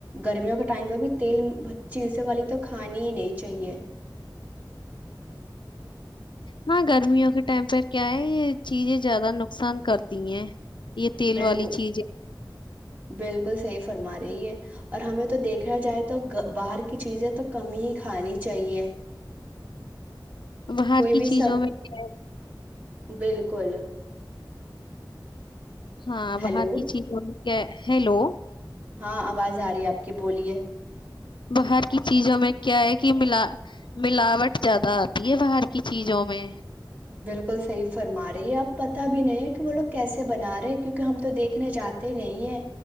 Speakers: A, on the right; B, on the left.
A: گرمیوں کے ٹائم پہ بھی تیل چیزیں والی تو کھانی ہی نہیں چاہیے
B: ہاں گرمیوں کے ٹائم پہ کیا ہے یہ چیزیں زیادہ نقصان کرتی ہیں یہ تیل
A: بالکل
B: والی چیز ہے
A: بالکل صحی فرما رہی ہے اور ہمیں تو دیکھا جائے تو باہر کی چیزیں تو کم ہی کھانی چاہیے
B: باہر
A: کوئی
B: کی
A: بھی
B: چیزوں
A: س
B: میں کیا
A: بالکل
B: ہاں
A: ہیلو
B: باہر کی چیزوں ہیلو
A: ہاں آواز آ رہی ہے آپ کی بولیے
B: باہر کی چیزوں میں کیا ہے کہ ملا ملاوٹ زیادہ آتی ہے باہر کی چیزوں میں
A: بالکل صحیح فرما رہی ہے اب پتا بھی نہیں ہے کہ وہ لوگ کیسے بنا رہے ہیں کیونکہ ہم تو دیکھنے جاتے نہیں ہیں